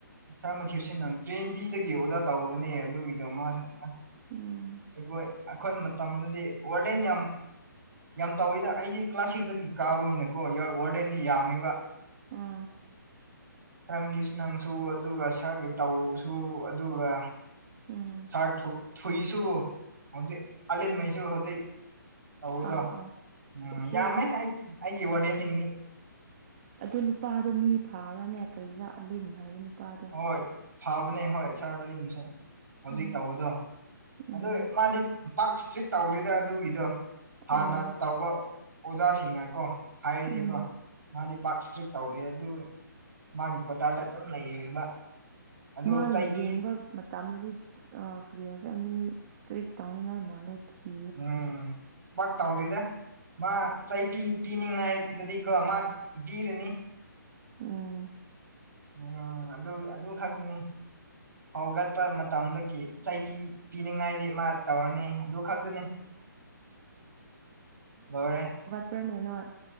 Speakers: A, on the right (about 65°); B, on the right (about 35°).
A: ꯁꯥꯔ ꯃꯊꯤꯁꯤ ꯅꯪ ꯇ꯭ꯋꯦꯟꯇꯤꯗꯒꯤ ꯑꯣꯖꯥ ꯇꯧꯕꯅꯦ ꯑꯗꯨꯒꯤꯗꯣ ꯃꯥꯁꯨ ꯑꯁ
B: ꯎꯝ
A: ꯑꯩꯈꯣꯢ ꯑꯩꯈꯣꯏ ꯃꯇꯝꯗꯨꯗꯤ ꯋꯥꯔꯗꯦꯟ ꯌꯥꯝ ꯌꯥꯝ ꯇꯧꯋꯤꯗ ꯑꯩꯗꯤ ꯀ꯭ꯂꯥꯁ ꯁꯤꯁꯇꯒꯤ ꯀꯥꯕꯅꯤꯅ ꯑꯣ ꯋꯥꯔꯗꯦꯟꯗꯤ ꯌꯥꯝꯃꯦꯕ
B: ꯑꯥ
A: ꯈꯔꯝꯒꯤꯁꯨ ꯅꯪꯁꯨ ꯑꯗꯨꯒ ꯁꯥꯔꯒꯤ ꯇꯧꯁꯨ ꯑꯗꯨꯒ
B: ꯎꯝ
A: ꯁꯥꯔ ꯊꯨꯏꯁꯨ ꯍꯧꯖꯤꯛ ꯑꯂꯟꯉꯩꯁꯨ ꯍꯧꯖꯤꯛ ꯇꯧꯕꯗꯣ
B: ꯑꯥ ꯑꯥ
A: ꯎꯝ
B: ꯁꯤ
A: ꯌꯥꯝꯃꯦ ꯑꯩ ꯑꯩꯒꯤ ꯑꯣꯔꯗꯤꯦꯟꯁꯤꯡꯗꯤ
B: ꯑ ꯅꯨꯄꯥꯗꯣ ꯃꯤ ꯐꯥꯕ꯭ꯔꯥꯅꯦ ꯀꯔꯤꯔꯥ ꯑꯂꯤꯟ ꯍꯥꯏꯕ ꯅꯨꯄꯥꯗ
A: ꯍꯣꯏ ꯐꯕꯅꯦ ꯍꯣꯏ ꯁꯥꯔꯟꯁꯨ ꯍꯧꯖꯤꯛ
B: ꯎꯝ
A: ꯇꯧꯕꯗꯣ ꯑꯗꯨ
B: ꯎꯝ
A: ꯃꯥꯗꯤ ꯄꯥꯛ ꯏꯁꯇ꯭ꯔꯤꯛ ꯇꯧꯗꯣꯏꯗ ꯑꯗꯨꯒꯤꯗꯣ ꯍꯥꯟꯅ
B: ꯑꯣ
A: ꯇꯧꯕ ꯑꯣꯖꯥꯁꯤꯡꯅꯀꯣ ꯍꯥꯏꯔꯗꯤꯀꯣ
B: ꯎꯝ
A: ꯃꯥꯗꯤ ꯄꯥꯛ ꯏꯁꯇ꯭ꯔꯤꯛ ꯇꯧꯗꯦ ꯑꯗꯨ ꯃꯥꯒꯤ ꯀꯣꯇꯥꯔꯗ ꯑꯗꯨꯝ ꯂꯩꯔꯤꯕ ꯑꯗꯨ
B: ꯃꯥꯒꯤ
A: ꯆꯩ ꯄꯤ
B: ꯌꯦꯡꯕ ꯃꯇꯝꯗꯗꯤ ꯀ꯭ꯔꯤꯌꯔꯁꯦ ꯃꯤ ꯏꯁꯇ꯭ꯔꯤꯛ ꯇꯧꯅꯤꯡꯉꯥꯏ ꯃꯥꯜꯂꯦ ꯊꯤ
A: ꯎꯝ ꯥꯛ ꯇꯥꯎꯗꯗ ꯃꯥ ꯆꯩ ꯄꯤꯅꯤꯡꯉꯥꯏꯗꯨꯗꯤꯀꯣ ꯃꯥ ꯄꯤꯔꯅꯤ
B: ꯎꯝ
A: ꯎꯝ ꯑꯗꯨ ꯑꯗꯨ ꯈꯛꯅꯤ ꯍꯧꯒꯠꯄ ꯃꯇꯝꯗꯒꯤ ꯆꯩꯕꯤ ꯄꯤꯅꯤꯡꯉꯥꯏꯗꯤ ꯃꯥ ꯇꯧꯔꯅꯤ ꯑꯗꯨ ꯈꯛꯇꯅꯤ ꯂꯣꯏꯔꯦ
B: ꯄ꯭ꯔꯅꯦꯟ ꯅꯣꯏ